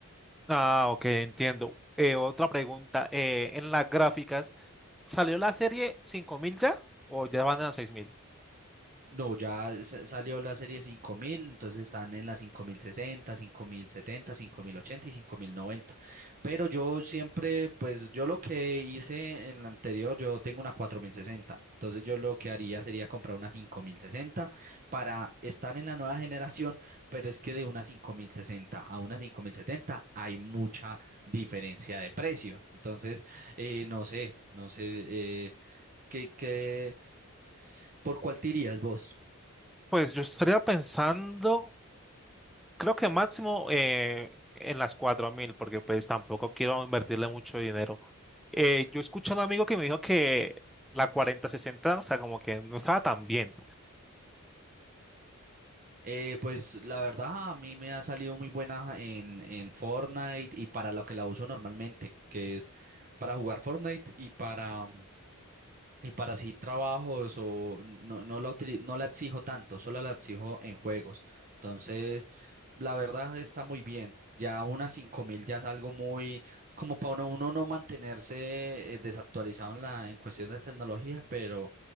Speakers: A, in the centre; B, on the right (about 40°).
A: Ah, ok, entiendo. Eh, otra pregunta. eh, en las gráficas, ¿salió la serie 5000 ya o ya van a seis mil.
B: No, ya sa- salió la serie 5000, entonces están en la cinco mil sesenta, cinco mil setenta, cinco mil ochenta y 5090. Pero yo siempre, pues yo lo que hice en la anterior, yo tengo una cuatro mil sesenta, Entonces yo lo que haría sería comprar una 5060 para estar en la nueva generación, pero es que de una 5060 a una 5070 hay mucha diferencia de precio. Entonces, eh, no sé, no sé, eh, ¿qué, qué, por cuál te irías vos?
A: Pues yo estaría pensando Creo que máximo eh, en las 4.000, porque pues tampoco quiero invertirle mucho dinero. Eh, yo escuché a un amigo que me dijo que la cuarenta sesenta, o sea, como que no estaba tan bien.
B: Eh, pues la verdad a mí me ha salido muy buena en, en Fortnite y para lo que la uso normalmente, que es para jugar Fortnite y para mm, y para sí trabajos o no, no la utili- no la exijo tanto, solo la exijo en juegos. Entonces, la verdad está muy bien. Ya unas 5000 ya es algo muy como para uno, uno no mantenerse eh, desactualizado en la en cuestión de tecnología, pero